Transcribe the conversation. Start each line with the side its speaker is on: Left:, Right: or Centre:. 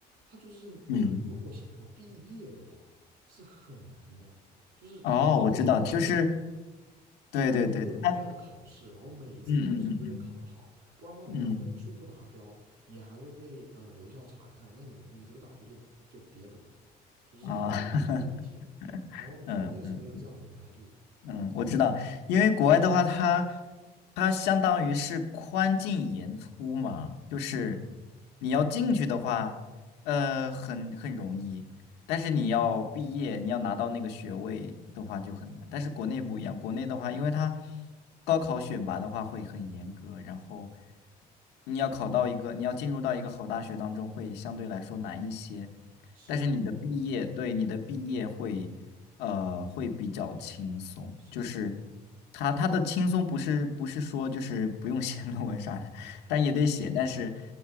Right: 它就是你如果想要毕业的话是很难的，
Left: 嗯，
Right: 就是他各种各样的考，
Left: 哦，我知道，就是对对对，
Right: 对，还有各种各样的考试，
Left: 他，
Right: 然后每一次考试你都得考得好，
Left: 嗯嗯嗯嗯
Right: 不然的话你的分数不达标，
Left: 嗯
Right: 你还会被呃留校察看，那你你这个大学就就别读了，就是很容易出问题。
Left: 啊，<laughs>
Right: 然后呢，国内是没有这样子的压力的。
Left: 嗯嗯嗯，我知道，因为国外的话，它它相当于是宽进严出嘛，就是
Right: 嗯，
Left: 你要进去的话，呃，很很容易，但是你要毕业，你要拿到那个学位的话就很难。但是国内不一样，国内的话，因为它高考选拔的话会很严格，然后你要考到一个，你要进入到一个好大学当中会相对来说难一些。
Right: 是没错，
Left: 但是你的毕业，对，你的毕业会，呃，会比较轻松，
Right: 是
Left: 就是他他的轻松不是不是说就是不用写 <laughs> 论文啥的，但也得写，
Right: 对，
Left: 但是